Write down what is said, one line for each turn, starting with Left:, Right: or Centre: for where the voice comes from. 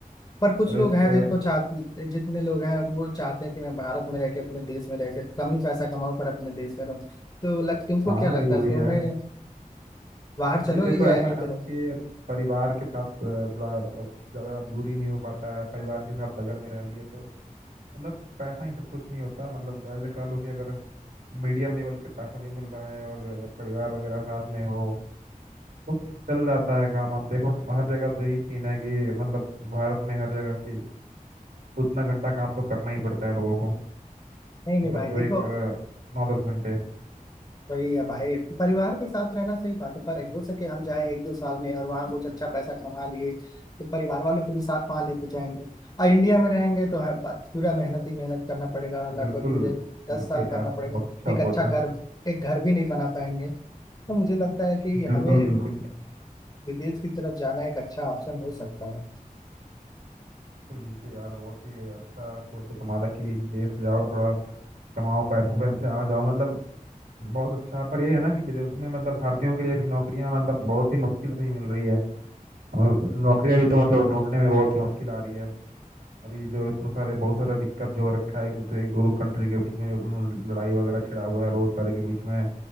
Left: पर कुछ
Right: अरे
Left: लोग
Right: इस
Left: हैं
Right: पे
Left: जिनको चाहते जितने लोग हैं वो चाहते हैं कि मैं भारत में रह के अपने देश में रह के कम ही पैसा कमाऊं पर अपने देश में रहूं तो लग तुमको
Right: हाँ
Left: क्या लगता
Right: ये
Left: है
Right: भी
Left: तुम्हें
Right: है
Left: बाहर
Right: ये
Left: चलोगे
Right: देखो
Left: क्या
Right: ऐसा
Left: यहीं
Right: है
Left: पे रहो
Right: ना कि अब परिवार के साथ अ, थोड़ा अ, ज्यादा दूरी नहीं हो पाता है परिवार के साथ बगल में रह लिए तो मतलब पैसा ही सब कुछ नहीं होता मतलब ऐसे कह लो कि अगर मीडियम लेवल के पैसा भी मिल रहा है और परिवार वगैरह साथ में हो तो चल जाता है काम अब देखो हर जगह तो यही सीन है कि मतलब भारत में हर जगह की उतना घंटा काम तो करना ही पड़ता है लोगों को
Left: नहीं नहीं
Right: मतलब
Left: भाई
Right: जो
Left: देखो
Right: एक अ, नौ दस घंटे
Left: वही है भाई परिवार के साथ रहना सही बात है पर हो सके हम जाएं एक दो साल में और वहाँ कुछ अच्छा पैसा कमा लिए तो परिवार वालों को भी साथ वहाँ लेते जाएंगे और इंडिया में रहेंगे तो हर बात पूरा मेहनत ही मेहनत करना पड़ेगा लगभग
Right: बिल्कुल
Left: मुझे दस
Right: बिल्कुल
Left: साल करना
Right: यार
Left: पड़ेगा
Right: बहुत अच्छा
Left: एक अच्छा
Right: सोचा
Left: घर एक घर भी नहीं बना पाएंगे तो मुझे लगता है कि
Right: बिल्कुल
Left: हमें
Right: बिल्कुल
Left: विदेश की तरफ जाना एक अच्छा ऑप्शन हो सकता है
Right: बिल्कुल बिल्कुल यार बहुत ही अच्छा सोच है तुम्हारा कि विदेश जाओ थोड़ा कमाओ पैसे पैसे आ जाओ मतलब बहुत अच्छा पर ये है ना कि विदेश में मतलब भारतीयों के लिए भी नौकरियां मतलब बहुत ही मुश्किल से ही मिल रही है और नौकरियां भी तो मतलब ढूंढने में बहुत ही मुश्किल आ रही है अभी जो इतने सारे बहुत सारा दिक्कत जो रखा है एक दूसरे एक दो दो कंट्री के बीच में उम, लड़ाई वगैरह छिड़ा हुआ है बहुत सारे के बीच में